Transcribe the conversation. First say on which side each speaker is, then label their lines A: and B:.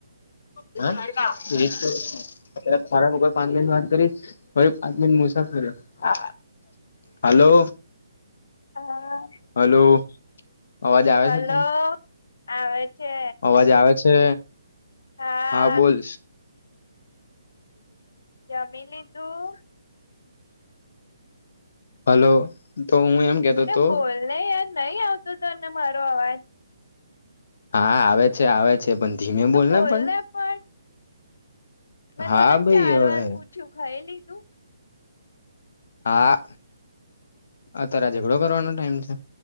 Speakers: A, on the left; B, on the left.
A: <unintelligible> ફરી પાંચ મિનટ મુસાફરી્યો હાલો.
B: હા.
A: હલો. અવાજ આવે
B: હલો
A: છે તને
B: આવે છે
A: અવાજ આવે છે.
B: હા.
A: હા બોલ.
B: જમી લીધું
A: હલો તો હું એમ કેતો
B: અરે
A: હતો
B: બોલને યાર નહી આવતો તને મારો અવાજ.
A: હા આવે છે આવે છે પણ ધીમે
B: તો
A: બોલને પણ.
B: પણ મેં
A: હા
B: તને
A: ભાઈ
B: ચાર
A: હવે
B: વાર પૂછ્યું ખાઈ લીધું.
A: હા આ તાર ઝઘડો કરવાનો ટાઈમ છે.